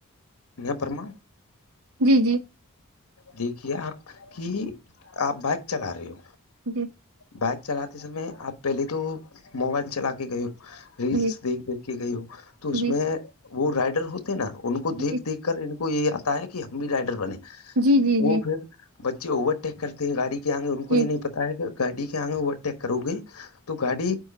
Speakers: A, on the left (about 80°); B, on the right (about 70°).
A: ن پررم
B: ہے جی جی
A: دیکھیے آپ کی آپ بائک چلا رہے ہو
B: جی
A: بائک چلتے سمے آپ پہلی تو موبائل چلا کے گی ریلس
B: جی
A: دیکھ دیکھ کے گئی ہو تو اس
B: جی
A: میں وہ رائڈر ہوتے نا ان کو دیکھ
B: جی
A: دیکھ کر ان کو یہ آتا ہے کہ ہم بھی رائڈر بنے
B: جی جی
A: وہ
B: جی
A: پھر بچے اوورٹیک کرتے گاڑی کے آگے ان کو
B: جی
A: یہ نہیں پتا ہے کہ گاڑی کے آگے وہ اٹیک کرو گے تو گاڑی